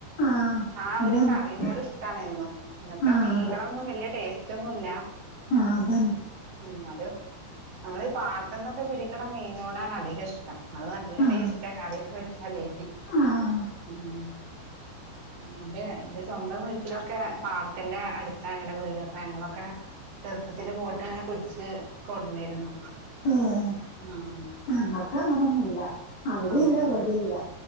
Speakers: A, on the left (about 60°); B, on the right (about 40°).
A: ആഹ്
B: ആ
A: അതന്നെ
B: ഒരു കറീനോഡിഷ് ട്ടാണെന്നും ഇന്നത്തെ
A: ആഹ്
B: മീങ്ങളൊന്നും
A: അതെ
B: വല്യ ടേസ്റ്റൊന്നുല്ല
A: ആഹ് അതന്നെ
B: എന്നാലും നമ്മളീ പാടത്ത്ന്നൊക്കെ പിടിക്കണ മീനോടാണ് അധികം ഇഷ്ടം അത് നല്ല
A: ആഹ്
B: ടേസ്റ്റാ കറിയൊക്കെ വെച്ചാലേ
A: ആഹ്
B: ഉം എന്റെ എന്റെ സ്വന്തം വീട്ടിലൊക്കെ പാടത്തിന്റെ അടുത്താ ഞങ്ങടെ വീടൊക്കെ ഞങ്ങളൊക്കെ ചെറുപ്പത്തില് പോയിട്ട് അങ്ങനെ പിടിച്ച് കൊണ്ട്ന്നിരുന്നു
A: ഏഹ്
B: ആഹ്
A: ഞങ്ങക്ക് അങ്ങനൊന്നുല്ല അവിടില്ല
B: ആഹ്
A: ഇവിടില്ല